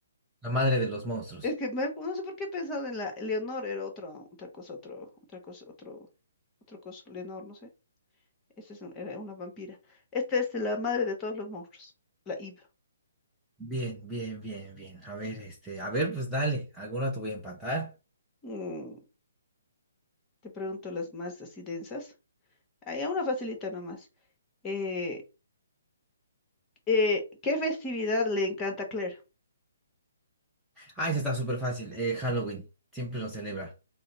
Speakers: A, in the centre; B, on the left.
A: la madre de los monstruos.
B: es que me- no sé por qué he pensado en la Leonor, era otro, otra cosa, otro, otra cosa, otro, otro coso, Leonor, no sé, esta es un- era una vampira. Esta es la madre de todos los monstruos, la Eve.
A: Bien, bien, bien, bien. A ver, este, a ver, pues dale, alguna te voy a empatar.
B: Mm, te pregunto las más así densas. Hay una facilita nomás. Eh, Eh, ¿qué festividad le encanta a Claire?
A: Ah, ese está súper fácil. eh, Halloween. Siempre lo celebra,